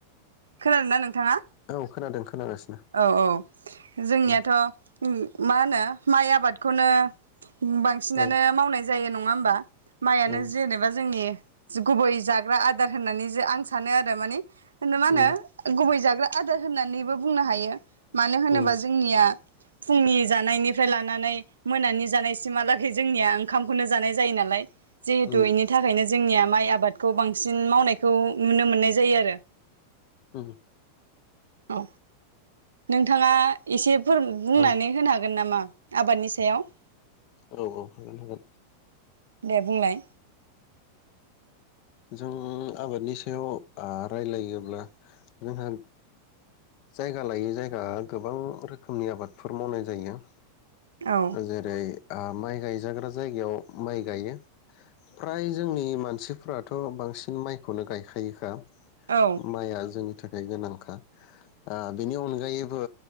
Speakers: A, on the right (about 70°); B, on the left (about 45°).
A: खोनादों ना नोंथाङा
B: औ खोनादों खोनागासिनो
A: औ औ जोंनियाथ'
B: उम
A: उम मा होनो माइ आबादखौनो बांसिनानो
B: औ
A: मावनाय जायो नं नङा होमबा माइआनो
B: औ
A: जेनेबा जोंनि जगुबै जाग्रा आदार होननानै जे आं सानो आरो मानि होन मा होनो
B: उम
A: गुबै जाग्रा आदार होननानैबो बुंनो हायो मानो होनोबा
B: उम
A: जोंनिया फुंनि जानायनिफ्राय लानानै मोनानि जानायसिमहालागै जोंनिया ओंखामखौनो जानाय जायो नालाय जिहेतु
B: उम
A: एनि थाखायनो जोंनिया माइ आबादखौ बांसिन मावनायखौ नुनो मोननाय जायो आरो
B: उम
A: औ नोंथाङा एसे बुंनानै
B: औ
A: होनो हागोन नामा? आबादनि सायाव
B: औ औ हागोन हागोन।
A: दे बुंलाय
B: जों आबादनि सायाव आ रायलायोब्ला जोंहा जायगा लायै जायगा गोबां रोखोमनि आबादफोर मावनाय जायो।
A: औ
B: जेरै आ माइ गायजाग्रा जायगायाव माइ गायो फ्राय जोंनि मानसिफ्राथ' बांसिन माइखौनो गायखायोखा।
A: औ
B: माइया जोंनि थाखाय गोनांखा आ बिनि अनगायैबो